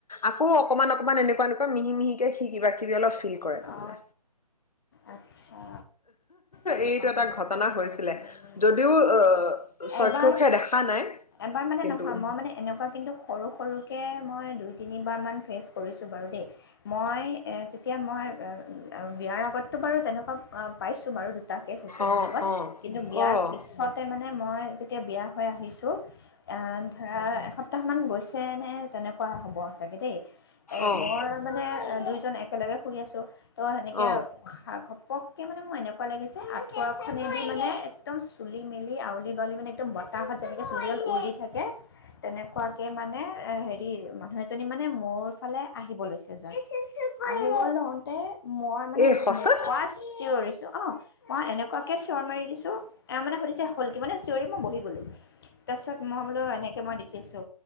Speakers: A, on the left; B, on the left.
A: আকৌ অকমান অকমান এনেকুৱা এনেকুৱা মিহি মিহিকে সি কিবা কিবি অলপ ফিল কৰে তাৰমানে
B: অ আচ্ছা এনেকুৱা
A: এইটো এটা
B: ধৰণৰ
A: ঘটনা
B: কাহিনী
A: হৈছিলে
B: উম
A: যদিও আহ চক্ষুষে
B: এবাৰ
A: দেখা নাই
B: এবাৰ মানে
A: কিন্তু
B: নহয় মই মানে এনেকুৱা কিন্তু সৰু সৰু এনেকে মই দুই তিনিবাৰমান ফেচ কৰিছোঁ বাৰু দেই মই যেতিয়া মই বিয়াৰ আগততো বাৰু তেনেকুৱা পাইছোঁ বাৰু এটা টেষ্ট হৈছে
A: অ'
B: মোৰ লগত
A: অ'
B: কিন্তু বিয়াৰ
A: অ'
B: পিছতে মানে মই। যেতিয়া বিয়া হৈ আহিছো। অ' ধৰা এসপ্তাহ মান গৈ। পিছে নে তেনেকুৱা হ'ব চাগে দেই। এ
A: অ'
B: মই
A: অ'
B: মানে দুইজন এক। একেলগে শুই আছো। তো সেনেকে
A: অ
B: উশাহ ঘন- পককে মানে মোৰ এনেকুৱা লাগিছে আঠুৱা খনেদি মানে একদম চুলি মেলি আউলি। আউলি মানে একদম বতাহত যেনেকে চুলিডাল উৰি থাকে। তেনেকুৱাকে মানে এ হেৰি মানুহজন। মানে মোৰ ফালে আহিব লৈছে জাষ্ট। লওঁতে মই মানে
A: এই সঁচা
B: এনেকুৱা চিঞৰিছো। অ' মই এনেকুৱাকে চিঞৰ মাৰি দিছো এওঁ মানে সুধিছে হ'ল কি? মানে চিঞৰি মই বহি গলো। তাৰপিছত মই বোলো এনেকে মই দেখিছো।